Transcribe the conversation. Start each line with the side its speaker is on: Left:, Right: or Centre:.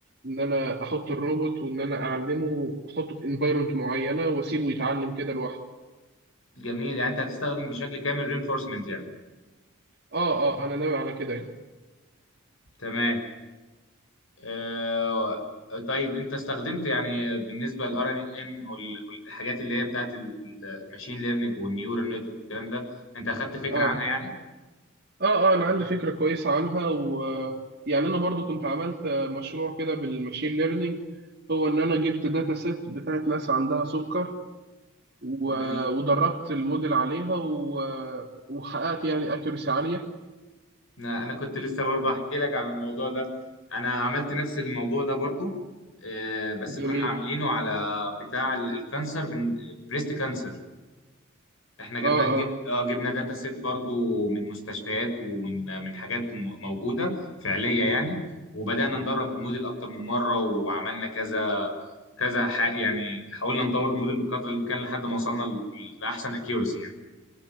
Right: ان انا احط الروبوت وان انا اعلمه احطه في انفايرمنت معينه واسيبه يتعلم كده لوحده
Left: جميل يعني انت هتستخدم بشكل كامل رينفورسمنت يعني
Right: اه اه انا ناوي على كده يعني
Left: تمام آه طيب انت استخدمت يعني بالنسبه للار ان ان والحاجات اللي هي بتاعت الماشين ليرنينج والنيورال نتورك الكلام ده انت اخدت فكره
Right: اه
Left: عنها يعني
Right: اه اه انا عندي فكره كويسه عنها و يعني انا برضو كنت عملت مشروع كده بالماشين ليرنينج هو ان انا جبت داتا سيت بتاعت ناس عندها سكر و...
Left: جميل
Right: ودربت الموديل عليها و... وحققت يعني اكيورسي عاليه
Left: انا انا كنت لسه برضه احكي لك عن الموضوع ده انا عملت نفس الموضوع ده برضه آه بس
Right: جميل
Left: كنا عاملينه على بتاع ال- الكانسر بريست كانسر احنا جبنا
Right: اه
Left: جبنا
Right: اه
Left: اه جبنا داتا سيت برضو من مستشفيات ومن من حاجات م- موجوده فعليه يعني وبدانا ندرب الموديل اكتر من مره وعملنا كذا كذا ح- يعني حاولنا نطور الموديل بقدر الامكان لحد ما وصلنا ل- لاحسن اكيورسي يعني